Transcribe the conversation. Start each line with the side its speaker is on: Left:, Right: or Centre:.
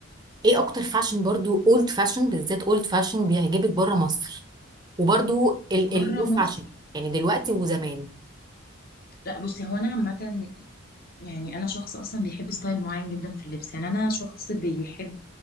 Right: ايه اكتر فاشن برضو اولد فاشن بالذات اولد فاشن بيعجبك بره مصر وبرضو ال-
Left: بره
Right: النيو
Left: مصر
Right: فاشن يعني دلوقتي وزمان
Left: لا بصي هو انا عامة يعني انا شخص اصلا بيحب ستايل معين جدا في اللبس يعني انا شخص بيحب